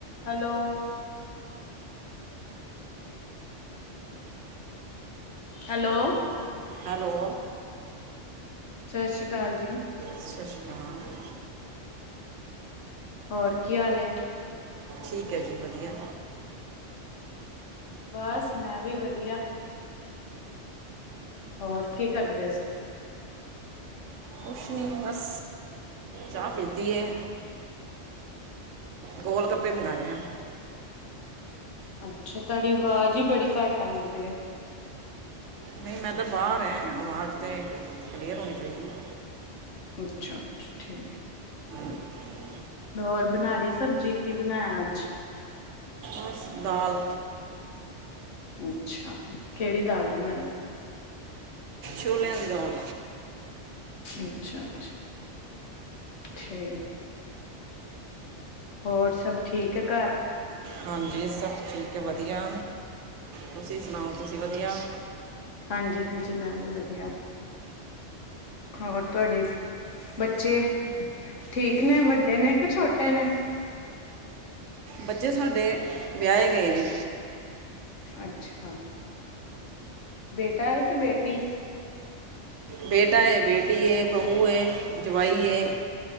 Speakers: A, on the left (about 85°); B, on the right (about 80°).
A: Hello. <inaudible> Hello.
B: Hello.
A: ਸਤਿ ਸ੍ਰੀ ਅਕਾਲ ਜੀ।
B: ਸਤਿ ਸ਼੍ਰੀ ਅਕਾਲ।
A: ਹੋਰ ਕੀ ਹਾਲ ਐ।
B: ਠੀਕ ਏ ਜੀ ਵਧੀਆ।
A: ਬਸ ਮੈਂ ਵੀ ਵਧੀਆ ਹੋਰ ਕੀ ਕਰਦੇਂ ਸੀ।
B: ਕੁਛ ਨੀਂ ਬਸ ਚਾਹ ਪੀਤੀ ਐ। ਗੋਲ-ਗੱਪੇ ਮੰਗਾਏ ਆ।
A: ਅੱਛਾ, ਤੁਹਾਡੀ ਆਵਾਜ਼ ਹੀ ਬੜੀ ਘੱਟ ਆਉਂਦੀ ਪਈ ਆ।
B: ਨਹੀਂ ਮੈਂ ਤਾਂ ਬਾਹਰ ਐ ਅਵਾਜ਼ ਤੇ ਕਲੀਅਰ ਹੋਣੀ ਚਾਹੀਦੀ।
A: ਅੱਛਾ, ਅੱਛਾ ਠੀਕ ਐ।
B: ' <inaudible>
A: ਹੋਰ ਬਣਾ ਲਈ ਸਬਜ਼ੀ, ਕੀ ਬਣਾਇਆ ਅੱਜ।
B: ਬੱਸ ਦਾਲ।
A: ਅੱਛਾ, ਕਿਹੜੀ ਦਾਲ ਬਣਾਈ।
B: ਛੋਲਿਆਂ ਦੀ ਦਾਲ।
A: ਅੱਛਾ-ਅੱਛਾ। ਠੀ, ਹੋਰ ਸਭ ਠੀਕ ਐ ਘਰ।
B: ਹਾਂਜੀ ਸਭ ਠੀਕ ਐ ਵਧੀਆ, ਤੁਸੀਂ ਸੁਣਾਓ ਤੁਸੀਂ ਵਧੀਆ।
A: ਹਾਂਜੀ-ਹਾਂਜੀ ਮੈਂ ਵੀ ਵਧੀਆ, ਹੋਰ ਤੁਹਾਡੀ ਬੱਚੇ, ਠੀਕ ਨੇ, ਵੱਡੇ ਨੇ ਕਿ ਛੋਟੇ ਨੇ?
B: ਬੱਚੇ ਸਾਡੇ ਵਿਆਹੇ ਗਏ ਨੇ।
A: ਅੱਛਾ। ਬੇਟਾ ਏ, ਕਿ ਬੇਟੀ?
B: ਬੇਟਾ ਏ, ਬੇਟੀ ਏ, ਬਹੂ ਏ, ਜਵਾਈ ਏ।